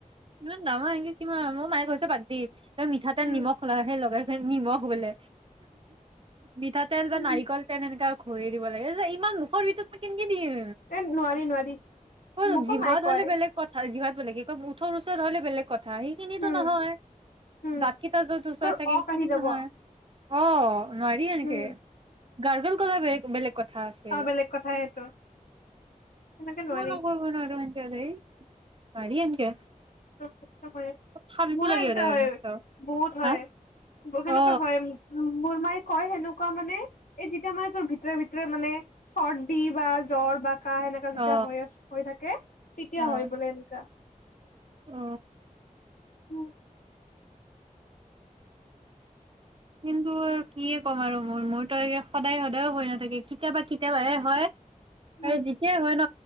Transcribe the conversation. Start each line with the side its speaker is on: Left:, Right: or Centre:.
Right: ইমান নহয়। সেইটোত কিমান মই মায়ে কৈছে বাদ দি। তই মিঠা তেল
Left: উম,
Right: নিমখ লৈ সে লগাই। নিমখ বোলে মিঠা তেল
Left: উম,
Right: বা নাৰিকল তেল সেনেকে ঘহি দিব লাগে যে ইমান মুখৰ ভিতৰত কেন কে দিম?
Left: এ নোৱাৰি নোৱাৰি।
Right: অকল
Left: মোকো
Right: জিভাত
Left: মায়ে কয়
Right: হ'লে বেলেগ কথা। জিভাত বেলেগে কৈ মোৰ। ঘৰ ওচৰত হ'লে বেলেগ কথা। যা, সেইখিনিটো
Left: উম,
Right: নহয়।
Left: উম,
Right: দাঁতকেইটা যত ওচৰত
Left: তোৰ
Right: থাকে
Left: অক
Right: সেইখিনিত
Left: আহি যাব
Right: নহয়। অ নোৱাৰি এনেকে
Left: উম।
Right: গাৰ্গল কৰা বেলেগ টো বেলেগ কথা আছিল
Left: অহ', বেলেগ কথাই সেইটো। সেনেকে
Right: কিয়
Left: নোৱাৰি।
Right: নকয় কথাটো এনকে ৰে? পাৰি এনকে।
Left: কষ্ট কৰে।
Right: ফাল্টু
Left: মোৰো
Right: লাগে
Left: এনেকুৱা
Right: সদায়
Left: হয়
Right: মস্ত
Left: বহুত হয়।
Right: হা অ
Left: সেনেকুৱা হয় মো মোৰ মায়ে কয় সেনেকুৱা মানে এই যেতিয়া মানে তোৰ ভিতৰে-ভিতৰে মানে চৰ্দি বা জ্বৰ বা কাহ, এনেকা
Right: অ
Left: যেতিয়া হৈ আছে, হৈ থাকে, তেতিয়া
Right: অ
Left: হয় বোলে, এনেকা। <inaudible>
Right: অ কিন্তু, কি ক'ম আৰু মোৰ -মোৰতো একে সদায়-সদায়ো হৈ নাথাকে। কেতিয়াবা-কেতিয়াবাহে হয়।
Left: উম
Right: সেই যেতিয়াই হয় ন।